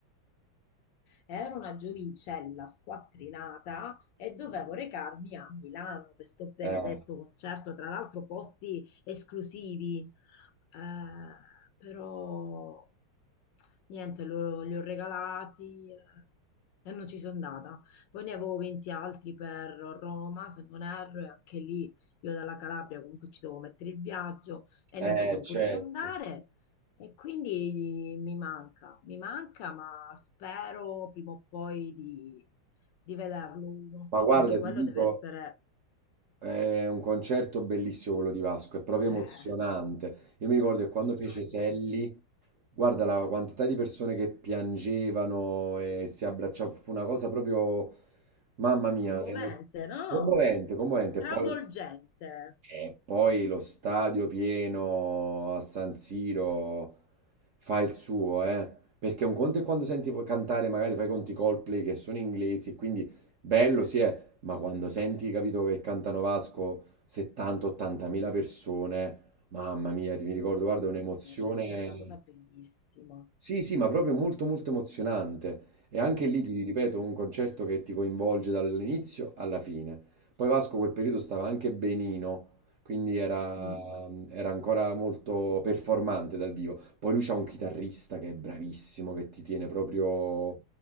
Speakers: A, on the left; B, on the right.
A: ero una giovincella squattrinata e dovevo recarmi a Milano per sto benedetto
B: Eh,
A: concerto, tra l'altro posti esclusivi. Eh, però niente, lo- li ho regalati eh, e non ci sono andata. Poi ne avevo 20 altri per Roma, se non erro, e anche lì io dalla Calabria comunque ci devo mettere il viaggio e
B: eh,
A: non ci sono
B: certo.
A: potuta andare. E quindi mi manca, mi manca, ma spero prima o poi di, di vederlo uno.
B: Ma guarda,
A: Anche quello
B: ti dico,
A: deve essere,
B: è un concerto bellissimo quello di Vasco, è proprio
A: eh,
B: emozionante. Io mi ricordo che quando
A: immagino.
B: fece Selli, guarda la quantità di persone che piangevano e si abbracciavano, fu una cosa proprio, mamma mia,
A: Commovente,
B: emo-
A: no?
B: commovente, commovente.
A: Travolgente.
B: E Poi E poi lo stadio pieno a San Siro fa il suo, eh. Perché un conto è quando senti cantare, magari fai conti Coldplay che sono inglesi, e quindi bello sì è, ma quando senti, capito, che cantano Vasco 70-80
A: Mm,
B: mila persone, mamma mia, ti mi ricordo, guarda,
A: mamma
B: è un'emozione.
A: mia, Deve essere una cosa bellissima.
B: Sì, sì, ma proprio molto molto emozionante. E anche lì ti ripeto, un concerto che ti coinvolge dall'inizio alla fine. Poi Vasco quel periodo stava anche benino, quindi era,
A: Mm.
B: era ancora molto performante dal vivo. Poi lui c'ha un chitarrista che è bravissimo, che ti tiene proprio,